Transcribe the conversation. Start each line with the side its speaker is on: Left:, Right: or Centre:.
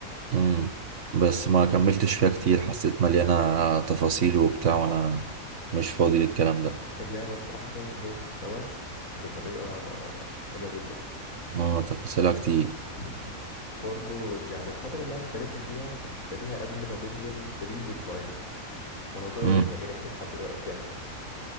Right: مم. بس ما كملتش فيها كتير حسيت مليانة تفاصيل وبتاع وانا مش فاضي للكلام ده
Left: اللعبة الصراحة فيها كمية محتوى بطريقة حلوة جدا
Right: اه تفاصيلها كتير
Left: مم. برضه يعني الفترة اللي أنا اشتريتها فيها كنت شاريها قبل ما تنزل فري بأسبوعين والموضوع
Right: مم.
Left: ده لسه جارحني لحد دلوقتي يعني